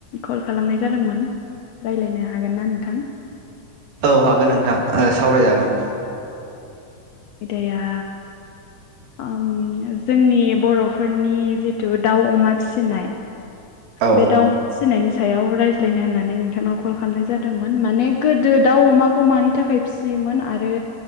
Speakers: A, on the left; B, on the right.
A: कल खालामनाय जादोंमोन राय्लायनो हागोन ना नोंथां।
B: औ हागोन नोंथां ओ सावरायजागोन
A: आयदाया आं जोंनि बर'फोरनि जिथु दाउ अमा फिसिनाय
B: औ
A: बे दाउ फिनायनि सायाव रायज्लायनो होननानै नोंथांनाव कल खालामनाय जादोंमोन माने गोदो दाउ अमाखौ मानि थाखाय फिसि योमोन आरो